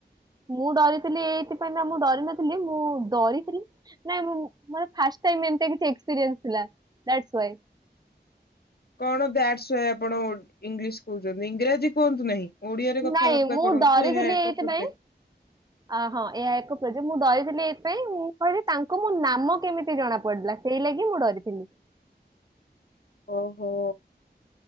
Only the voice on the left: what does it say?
କଣ ଦ୍ୟାସ ଓୟେ ଆପଣ ଇଂଲିଶ କହୁଛନ୍ତି ଇଂରାଜୀ କୁହନ୍ତୁ ନାହିଁ ଓଡିଆରେ କଥାବାର୍ତ୍ତା
କରନ୍ତୁ
ଏହା ଏକ
ପ୍ରୋଜେକ୍ଟ।
ଓହୋ